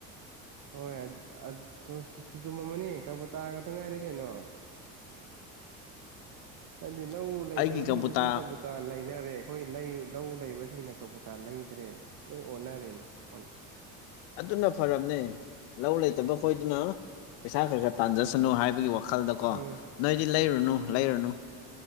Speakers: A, on the right; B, on the left.
A: ꯍꯣꯏ ꯆꯨꯝ ꯃꯝꯃꯅꯤ ꯀꯔꯕꯨ ꯇꯥ ꯈꯛꯇ ꯉꯥꯏꯔꯦ ꯀꯩꯅꯣ
B: <inaudible>
A: ꯍꯥꯏꯗꯤ ꯂꯧ ꯂꯩꯇꯕꯁꯤꯡꯁꯨ
B: ꯑꯩꯒꯤ ꯀꯕꯨꯇꯥ
A: ꯑꯗꯨꯝ ꯀ ꯇ ꯂꯩꯅꯔꯦ ꯑꯩꯈꯣꯏ ꯂꯩ ꯂꯧ ꯂꯩꯕꯁꯤꯡꯅ ꯀꯕꯨꯇꯥ ꯂꯩꯗ꯭ꯔꯦ ꯅꯣꯏ ꯑꯣꯟꯅꯔꯦꯅꯦ ꯑꯣꯟ
B: ꯑꯗꯨꯅ ꯐꯔꯕꯅꯦ ꯂꯧ ꯂꯩꯇꯕ ꯈꯣꯏꯗꯨꯅ ꯄꯩꯁꯥ ꯈꯔ ꯈꯔ ꯇꯥꯟꯖꯁꯅꯨ ꯍꯥꯏꯕꯒꯤ ꯋꯥꯈꯜ ꯃꯈꯜꯗꯀꯣ
A: ꯎꯝ
B: ꯅꯣꯏꯗꯤ ꯂꯩꯔꯨꯅꯨ ꯂꯩꯔꯨꯅꯨ